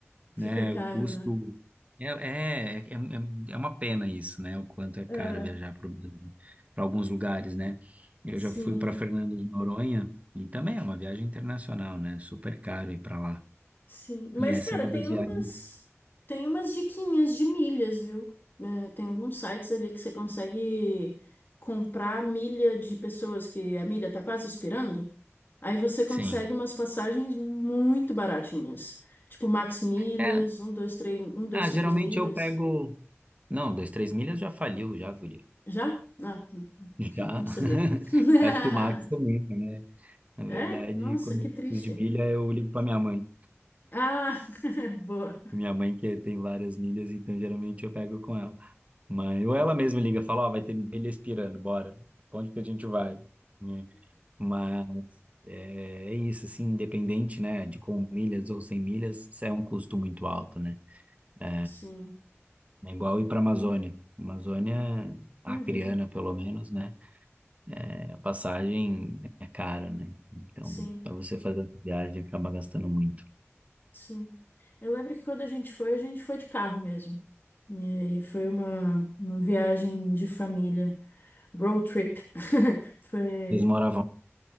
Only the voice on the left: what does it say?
Fica
caro,
né?
É.
Sim,
sim. Mas,
cara,
tem
umas,
tem umas diquinhas de milhas, viu? É, tem alguns sites ali que você consegue comprar milha de pessoas que a milha tá quase expirando. Aí você consegue
umas passagens muito baratinhas. Tipo Max Milhas,
um dois três um dois
três
milhas.
Já? Ah, enfim,
não sabia.
<laughs>
É? Nossa,
que
triste.
Ah, <laughs> boa.
Sim.
Uhum.
Sim,
sim. Eu lembro que quando a gente foi, a gente foi de carro mesmo. E aí foi uma, uma viagem de família, road trip. <laughs> Foi.